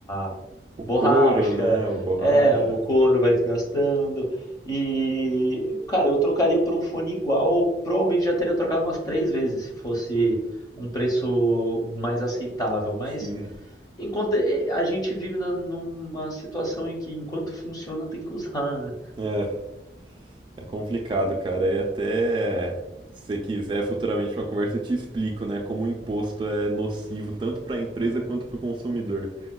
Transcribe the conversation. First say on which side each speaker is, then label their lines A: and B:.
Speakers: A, on the left (about 20°); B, on the right (about 25°).
A: a
B: O
A: borracha,
B: couro, né, o borracha,
A: é, o couro vai desgastando. E, cara, eu trocaria por um fone igual, provavelmente já teria trocado umas três vezes se fosse um preço mais aceitável, mas
B: sim.
A: enquanto eh, a gente vive na- numa situação em que enquanto funciona tem que usar, né?
B: É, é complicado, cara. E até se você quiser futuramente uma conversa eu te explico, né, como o imposto é nocivo tanto para a empresa quanto para o consumidor.